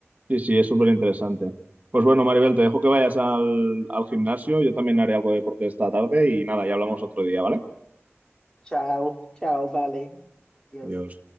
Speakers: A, on the right (about 35°); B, on the left (about 15°).
A: Sí, sí, es súper interesante. Pues bueno, Maribel, te dejo que vayas al, al gimnasio, yo también haré algo de deporte esta tarde y nada, ya hablamos otro día, ¿vale?
B: Chao, chao, vale. Dios.
A: Adiós.